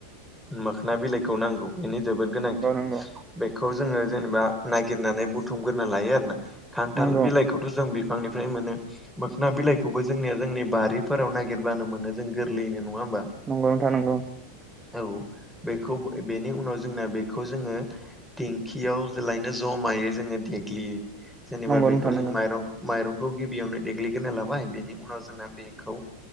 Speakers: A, in the centre; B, on the right.
A: मोखोना बिलाइखौ नांगौ। बेनि जोबोद गोनांथि
B: नंगौ नंगौ
A: बेखौ जोङो जेनेबा नागिरनानै बुथुमग्रोना लायो आरो ना खान्थाल
B: नंगौ
A: बिलाइखौथ' जों बिफांनिफ्राय मोनो मोखोना बिलाइखौबो जोंनिया जोंनि बारिफोराव नागिरब्लानो मोनो जों गोरलैयैनो नङा होमबा
B: नंगौ नोंथां नंगौ।
A: औ बेखौ बेनि उनाव जोंना बेखौ जोङो देंखियाव बेलायनो जमायैनो जोङो देग्लियो जेनेबा
B: नंगौ
A: बेखौ
B: नोंथां नंगौ
A: जों माइरं माइरं खौ गिबियावनो देग्लिग्रोना लाबाय बेनि उनाव जोंना बेखौ